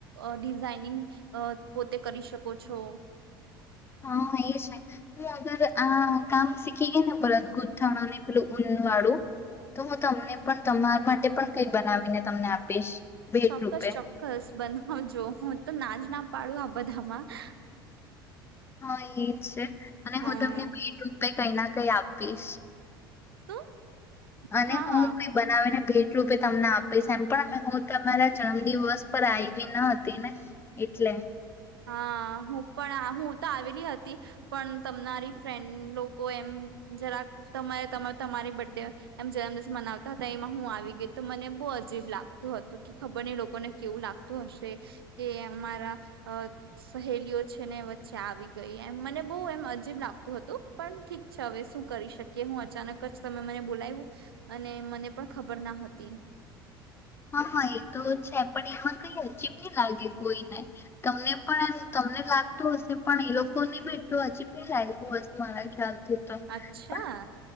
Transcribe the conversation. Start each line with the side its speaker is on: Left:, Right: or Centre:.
Right: ડિઝાઇનિંગ પોતે કરી શકો છો.
Left: હા એજ નહી હું અગર આ કામ શીખી ગઇને ભરત ગૂથણ ને પેલું વાળું તો હું તમને પણ તમારા માટે પણ કઈ બનાવીને તમને આપીશ. ભેટ
Right: ચોક્કસ
Left: રૂપે
Right: ચોક્કસ બનાવજો હું તો નાજ ના પાડું આ બધાંમાં. બધામાં
Left: હા એજ છે અને
Right: હા.
Left: હું તમને ભેટ રૂપે કઈ ના કઈ આપીશ.
Right: શું?
Left: અને
Right: હા
Left: હું
Right: હા
Left: કઈ બનાવીને ભેટ રૂપે તમને આપીશ એમ પણ હું તમારા જન્મ દિવસ પર આવી ન હતી ને એટલે.
Right: હા હું પણ હું તો આવેલી હતી પણ તમારી ફ્રેન્ડ લોકો એમ જરાક તમારે તમારી બર્થડે એમ જન્મદિવસ મનાવતા હતા એમાં હું આવી ગઈ તો મને બહુ અજીબ લાગતું હતું કે ખબર નઈ લોકોને કેવું લાગતું હશે કે અમારા અ સહેલીઓ છે ને વચ્ચે આવી ગઈ એમ મને બહુ એમ અજીબ લાગતું હતું પણ ઠીક હવે શું કરી શકીએ હું અચાનક જ તમે મને બોલાવું અને મને પણ ખબર ના હતી. <inaudible>
Left: હા હા એ તો છે પણ એમાં કઈ અજીબ નહી લાગે કોઈને તમને પણ એમ તમને લાગતું હશે પણ એ લોકો ને બી એટલું હજીબ લાગતું હશે મારા ખ્યાલ તો
Right: અચ્છા
Left: પણ